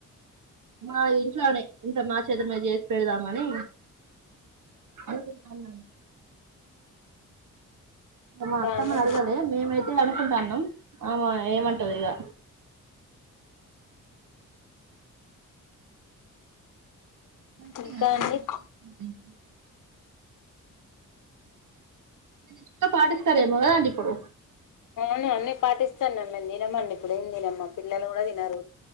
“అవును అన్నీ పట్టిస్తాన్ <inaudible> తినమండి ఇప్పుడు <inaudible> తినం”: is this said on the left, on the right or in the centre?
Left